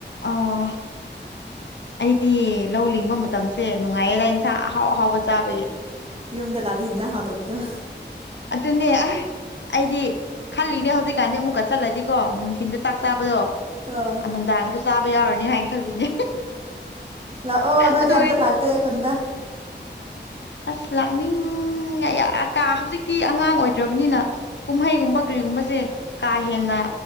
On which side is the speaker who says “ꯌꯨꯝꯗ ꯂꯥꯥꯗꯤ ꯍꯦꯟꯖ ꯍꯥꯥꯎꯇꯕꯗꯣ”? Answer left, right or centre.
Right